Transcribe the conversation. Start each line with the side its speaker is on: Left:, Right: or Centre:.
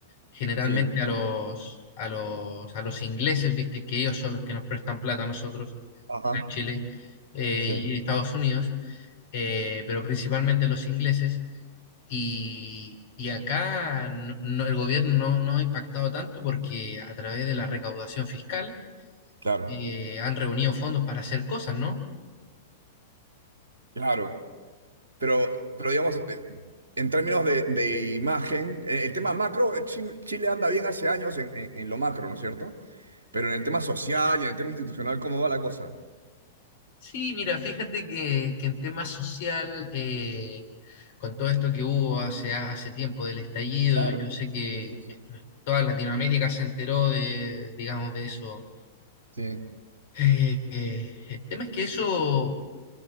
Left: Generalmente
Right: sí,
Left: a los, a los, a los ingleses, viste que ellos son los que nos prestan plata a nosotros,
Right: ajá,
Left: acá en Chile eh,
Right: sí,
Left: y Estados Unidos, eh, pero principalmente los ingleses. Y, y acá no- no- el gobierno no, no ha impactado tanto porque a través de la recaudación fiscal
Right: claro,
Left: eh, han reunido fondos para hacer cosas, ¿no?
Right: claro. Pero, pero digamos, eh, en términos de, de imagen, eh, el tema macro, eh, Chi- Chile anda bien hace años en, en- en lo macro, ¿no es cierto? Pero en el tema social y en el tema institucional, ¿cómo va la cosa?
Left: Sí, mira, fíjate que, que en tema social, eh, con todo esto que hubo hace, hace tiempo del estallido,
Right: Claro,
Left: yo sé que
Right: sí, sí.
Left: toda Latinoamérica se enteró de, digamos, de eso.
Right: Sí,
Left: Eh, eh, el tema es que eso